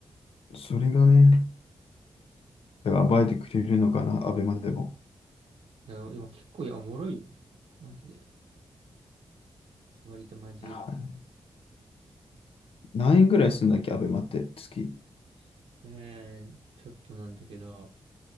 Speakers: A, on the left; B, on the right.
A: それがね、だから暴いてくれるのかな、アベマでも。
B: だから今結構いや、おもろいよ。マジで。割とマジで。
A: はい何円ぐらいするんだっけ、アベマって月。
B: ねえ、ちょっとなんだけど。